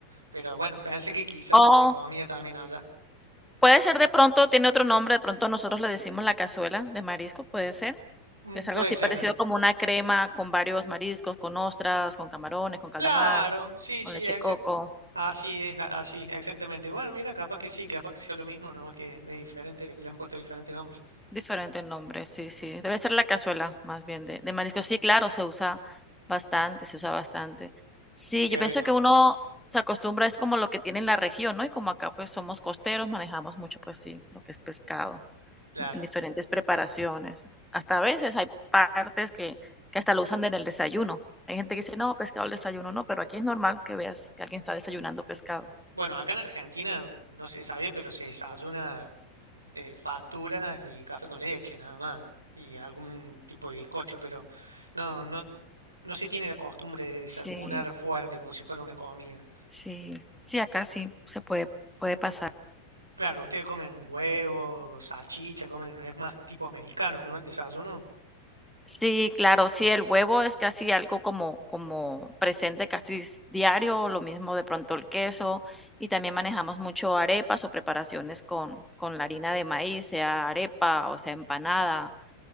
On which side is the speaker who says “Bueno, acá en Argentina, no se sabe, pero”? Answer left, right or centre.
Right